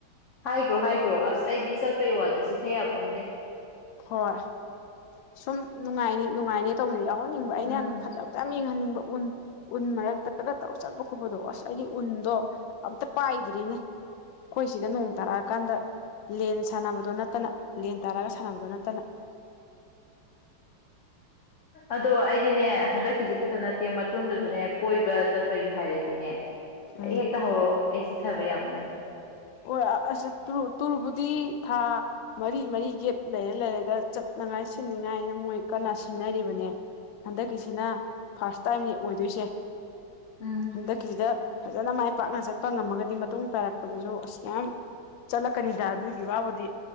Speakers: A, on the left; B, on the left.
A: ꯍꯥꯏꯈ꯭ꯔꯣ ꯍꯥꯏꯈ꯭ꯔꯣ ꯑꯁ ꯑꯩꯗꯤ ꯆꯠꯄꯩ ꯋꯥꯗꯤ ꯁꯤꯊꯌꯥꯄꯣꯟꯇꯦ
B: ꯍꯣꯏ ꯁꯨꯝ ꯅꯨꯡꯉꯥꯏꯅꯤ ꯅꯨꯡꯉꯥꯏꯅꯤ ꯇꯧꯕꯅꯦ ꯌꯥꯎꯋ ꯈꯅꯤꯡꯕ ꯑꯩꯅ
A: ꯎꯝ
B: ꯌꯥꯝꯅ ꯐꯖ ꯐꯖ ꯌꯥꯝ ꯌꯦꯡꯍꯟꯅꯤꯡꯕ ꯎꯟ ꯎꯟ ꯃꯔꯛꯇꯒ ꯇꯧꯔ ꯆꯠꯄ ꯈꯣꯠꯄꯗꯣ ꯑꯁ ꯑꯩꯗꯤ ꯎꯟꯗꯣ ꯑꯝꯇ ꯄꯥꯏꯗ꯭ꯔꯤꯅꯦ ꯑꯩꯈꯣꯏ ꯁꯤꯗ ꯅꯣꯡ ꯇꯥꯔꯛꯑꯀꯥꯟꯗ ꯂꯦꯟ ꯁꯥꯟꯅꯕꯗꯣ ꯅꯠꯇꯅ ꯂꯦꯟ ꯇꯥꯔꯛꯒ ꯁꯥꯟꯅꯕꯗꯣ ꯅꯠꯇꯅ
A: ꯑꯗꯣ ꯑꯩꯗꯤꯅꯦ ꯍꯟꯗꯛꯀꯤꯁꯦ ꯈꯛꯇ ꯅꯠꯇꯦ ꯃꯇꯨꯡꯗꯁꯨꯅꯦ ꯀꯣꯏꯕ ꯆꯠꯄꯒꯤ ꯍꯥꯏꯔꯗꯤꯅꯦ
B: ꯎꯝ
A: ꯑꯩ ꯍꯦꯒꯗ ꯍꯔꯣ ꯑꯩꯁꯤ ꯆꯠꯊꯕ ꯌꯥꯕ ꯅꯠꯇꯦ
B: ꯑꯣ ꯑꯁ ꯇꯨꯔꯕꯨꯗꯤ ꯊꯥ ꯃꯔꯤ ꯃꯔꯤ ꯒꯦꯞ ꯂꯩꯔ ꯂꯩꯔꯒ ꯆꯠꯅꯉꯥꯏ ꯁꯤꯟꯅꯤꯉꯥꯏꯅ ꯃꯣꯏ ꯀꯟꯅ ꯁꯤꯟꯅꯔꯤꯕꯅꯦ ꯍꯟꯗꯛꯀꯤꯁꯤꯅ ꯐꯥꯔꯁ ꯇꯥꯏꯝꯅꯤ ꯑꯣꯏꯗꯣꯏꯁꯦ
A: ꯎꯝ
B: ꯍꯗ ꯀꯁꯤꯗ ꯐꯖꯅ ꯃꯥꯏ ꯄꯥꯛꯅ ꯆꯠꯄ ꯉꯝꯃꯒꯗꯤ ꯃꯇꯨꯡ ꯇꯥꯔꯛꯄꯗꯁꯨ ꯑꯁ ꯃꯌꯥꯝ ꯆꯠꯂꯛꯀꯅꯤꯗ ꯑꯗꯨꯒꯤ ꯋꯥꯕꯨꯗꯤ